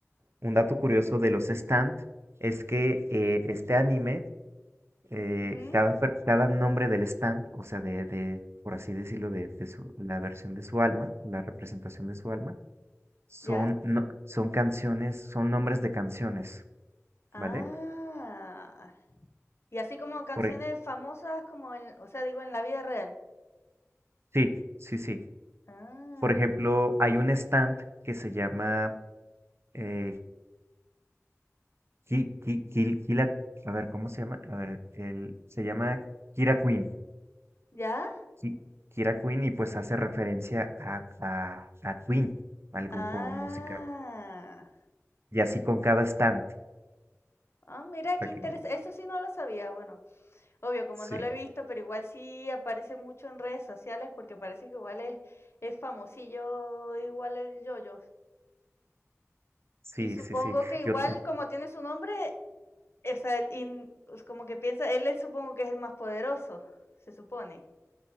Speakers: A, on the right; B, on the left.
A: un dato curioso de los stand es que eh, este anime, eh,
B: ujú,
A: cada, per- cada nombre del stand, o sea, de, de, por así decirlo, de, de su- la versión de su alma, la representación de su alma, son,
B: ya,
A: no- son canciones, son nombres de canciones,
B: ah,
A: ¿vale?
B: y así como canciones
A: Por e-
B: famosas como en, o sea, digo en la vida real.
A: sí, sí, sí.
B: Ah,
A: Por ejemplo, hay un stand que se llama eh, Ki- Ki- Kil- Kila- a ver, ¿cómo se llama? A ver, el, se llama Kira Queen.
B: ya,
A: Ki- Kira Queen y pues hace referencia a, a, a Queen, al grupo
B: ah,
A: musical. Y así con cada stand.
B: ah, mira, qué
A: para
B: interesante,
A: que-
B: eso sí no lo sabía, bueno. Obvio, como
A: sí,
B: no lo he visto, pero igual sí aparece mucho en redes sociales porque parece que igual es, es famosillo, igual el yoyo.
A: sí,
B: Y supongo
A: sí, sí.
B: que igual
A: Yo,
B: como tiene su nombre, o sea, el in- es como que piensa, él es- supongo que es el más poderoso, se supone,